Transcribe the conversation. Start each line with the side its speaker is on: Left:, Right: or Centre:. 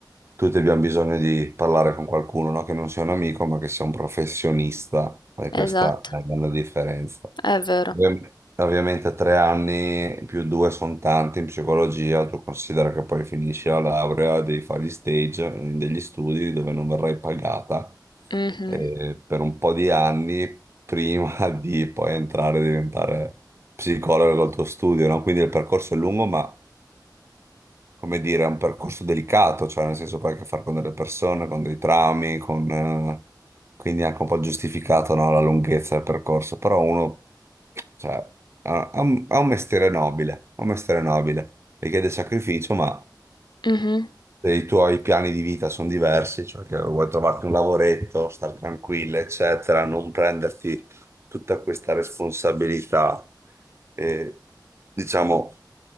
Right: tutti abbiamo bisogno di parlare con qualcuno, no? Che non sia un amico, ma che sia un professionista, e questa
Left: Esatto,
Right: è la grande differenza.
Left: è vero.
Right: Ovvi- Ovviamente tre anni più due sono tanti in psicologia, tu considera che poi finisci la laurea, devi fare gli stage, eh, degli studi dove non verrai pagata
Left: Mhm,
Right: eh, per un po' di anni prima <laughs> di poi entrare e diventare psicologo col tuo studio, no? Quindi il percorso è lungo, ma come dire, è un percorso delicato, cioè nel senso poi hai a che fare con delle persone, con dei traumi, con, eh, quindi è anche un po' giustificato, no, la lunghezza del percorso, però uno, cioè, ha, ha un, ha un mestiere nobile, ha un mestiere nobile, richiede sacrificio, ma
Left: mhm,
Right: se i tuoi piani di vita sono diversi, cioè che vuoi trovarti un lavoretto, star tranquilla, eccetera, non prenderti tutta questa responsabilità, eh, diciamo,